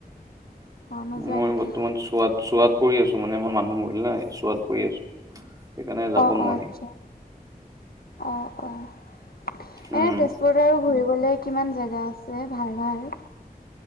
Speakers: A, on the left; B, on the right.
A: অ নোযোৱা
B: মই
A: নেকি
B: বৰ্তমান চোৱাত চোৱাত পৰি আছো মানে মই মানুহ মৰিল নাই চোৱাত পৰি আছো। সেইকাৰণে যাব
A: অ
B: নোৱাৰিম
A: অ আচ্ছা অ অ এনে
B: উম
A: তেজপুৰত আৰু ঘুৰিবলে কিমান জেগা আছে ভাল ভাল।